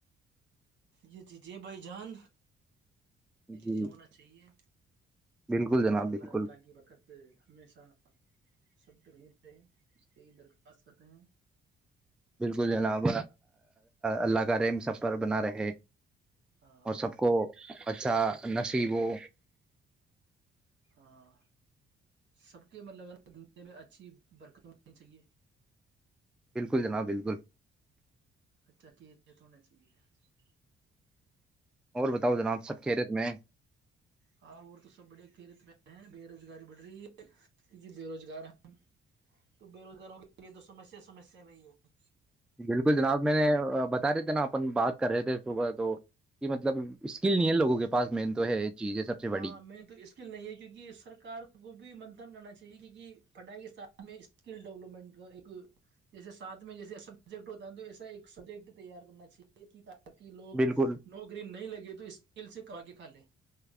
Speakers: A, on the right; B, in the centre.
A: یہ جی جی بھائی جان
B: جی
A: یہ ہونا چاہیے
B: بالکل
A: اور
B: جناب
A: اللہ
B: بالکل
A: کی وقت ہمیشہ سب سے یہی درخواست کرتے ہیں
B: بالکل جناب اللہ کا ریم سب پر بنا رہے
A: ہاں
B: اور سب کو اچھا نصیبوں
A: ہاں سب کے مطلب ہے نا دنیا میں اچھی برکت ہونی چاہیے
B: بالکل جناب بالکل
A: <inaudible>
B: اور بتاؤ جناب سب خیریت میں ہے
A: ہاں اور تو سب بڑے کھیرت میں ہیں بے روزگاری بڑھ رہی ہے کیونکہ بے روزگار ہیں تو بے روزگاروں کے لیے تو سمسیا سمسیا میں ہی ہے
B: بالکل جناب میں نے بتا رہے تھے نا اپن بات کر رہے تھے صبح تو کہ مطلب اسکل نہیں ہے لوگوں کے پاس مین تو ہے چیز ہے سب سے
A: ہاں
B: بڑی
A: میں تو اسکل نہیں ہے کیونکہ سرار کو بھی منتن کرنا چاہیے کی پڑھائی کے سھ میں اسکل ڈیولپمنٹ کا جیسے سھ میں جیسے سبجیکٹ ہوتا ہے ن تو ایسا ایک سبجیکٹ تیار کرنا چاہیے کہ تہ لوگ
B: بالکل
A: نو گرین نہیں لگے تو اسکیل سے کما کے کھ لیں